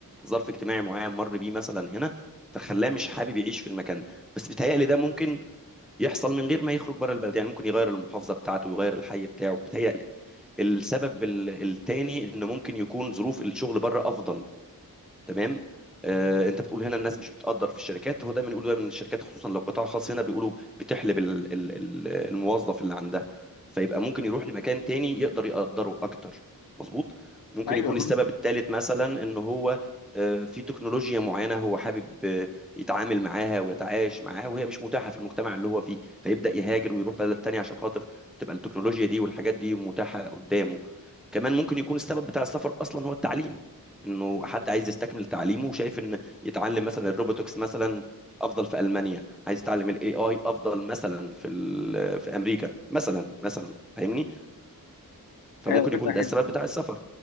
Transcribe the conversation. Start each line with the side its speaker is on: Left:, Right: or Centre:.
Centre: ظرف اجتماعي معين مر بيه مثلا هنا فخلاه مش حابب يعيش في المكان ده بس بيتهيألي ده ممكن يحصل من غير ما يخرج بره البلد يعني ممكن يغير المحافظه بتاعته يغير الحي بتاعه بيتهيألي السبب ال- التاني انه ممكن يكون ظروف الشغل بره افضل تمام آه، انت بتقول هنا الناس مش بتقدر في الشركات هو دايما يقولوا دايما إن الشركات خصوصا لو قطاع خاص هنا بيقولوا بتحلب ال- ال- ال- الموظف اللي عندها فيبقى ممكن يروح لمكان تاني يقدر يقدره اكتر مظبوط ممكن
Left: ايوه
Centre: يكون السبب الثالث مثلا ان هو آه، في تكنولوجيا معينة هو حابب آه، يتعامل معاها ويتعايش معاها وهي مش متاحة في المجتمع اللي هو فيه فيبدأ يهاجر ويروح بلد تانية عشان خاطر تبقى التكنولوجيا دي والحاجات دي متاحة قدامه كمان ممكن يكون السبب بتاع السفر اصلا هو التعليم انه حد عايز يستكمل تعليمه وشايف ان يتعلم مثلا الروبوتكس مثلا افضل في المانيا عايز يتعلم الاي اي افضل مثلا في ال- في امريكا مثلا مثلا فاهمني فممكن
Left: ايوه فكره
Centre: يكون ده
Left: حلوه
Centre: السبب بتاع السفر